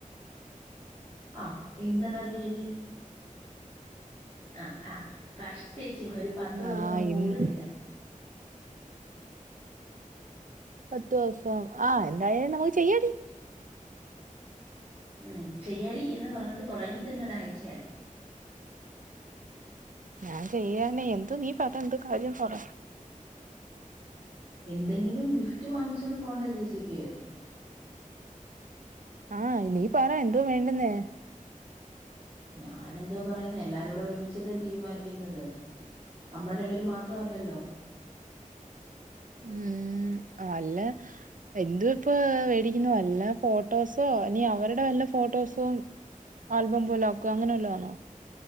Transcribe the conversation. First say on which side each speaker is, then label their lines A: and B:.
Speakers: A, on the right (about 50°); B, on the right (about 70°).
A: ആഹ് ഇന്നതാ തീയതി? ആ ആ കഷ്ടിച്ച് ഇന്ന് ഒരു പത്ത് ദിവസം
B: ആ
A: പോലും
B: ഇന്ന്
A: ഇല്ല
B: പത്ത് ദിവസം ആ എന്തായാലും നമ്മുക്ക് ചെയ്യടി -
A: ഉം ചെയ്യാടി എന്ന് പറഞ്ഞിട്ട് തുടങ്ങിട്ട്ന്നെ ഒരാഴ്ചയായി.
B: ഞാൻ ചെയ്യാനെ
A: ചെയ്യാനേ
B: എന്ത് നീ പറ എന്ത് കാര്യം പറ
A: എന്തെങ്കിലും ഗിഫ്റ്റ് വാങ്ങിച്ചോണ്ട് പോണ്ടേ ജേസിക്ക്
B: ആഹ് നീ പറ എന്തോ വേണ്ടന്നേ?
A: ഞാനെന്തോ പറയുന്ന എല്ലാരുട ഒരുമിച്ചല്ലേ തീരുമാനിക്കുന്നത് നമ്മൾ രണ്ടുപേരും മാത്രല്ലല്ലോ
B: ഉം അല്ല എന്ത ഇപ്പ മേടിക്കുന്നു വല്ല ഫോ ട്ടോസോ ഇനി അവരുടെ വല്ല ഫോട്ടോസും ആൽബം പോല ആക്ക അങ്ങനെ വല്ലോ ആണോ